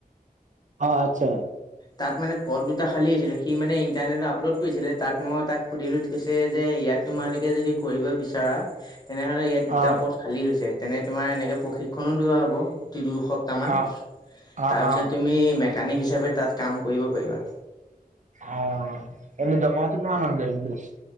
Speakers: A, on the right; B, on the left.
A: অ' আচ্ছা।
B: তাত মানে পদ দুটা খালী হৈছিলে, সি মানে ইণ্টাৰনেটত আপলোড কৰিছিলে, তাত মই তাক সুধিলোঁ সি কৈছে যে ইয়াত তোমালোকে যদি কৰিব বিচাৰা তেনেহ'লে ইয়াত দুটা
A: অ
B: পদ খালী হৈছে, তেনে তোমাৰ এনেকৈ প্ৰশিক্ষণো দিয়া হ'ব <unintelligible> তামান,
A: অ অ
B: তাৰপিছত
A: অ
B: তুমি মেকানিক হিচাপে তাত কাম কৰিব পাৰিবা।
A: অ' এনে দৰমহাটো কিমান মান দিম বুলি কৈছে?